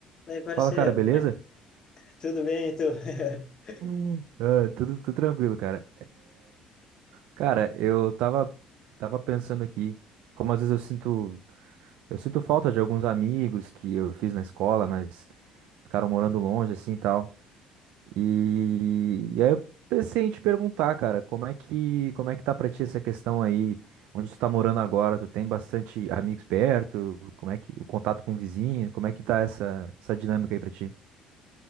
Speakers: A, on the left (about 25°); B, on the right (about 65°).
A: Daí, parceiro,
B: Fala, cara, beleza?
A: como é? <laughs> Tudo bem, e tu? <laughs>
B: Hum. Ah, tudo, tudo tranquilo, cara. Cara, eu tava, tava pensando aqui, como às vezes eu sinto, eu sinto falta de alguns amigos que eu fiz na escola, mas ficaram morando longe, assim, e tal. E, e aí eu pensei em te perguntar, cara, como é que, como é que tá pra ti essa questão aí? Onde tu tá morando agora? Tu tem bastante amigos perto? Como é que, o contato com o vizinho? Como é que tá essa, essa dinâmica aí pra ti?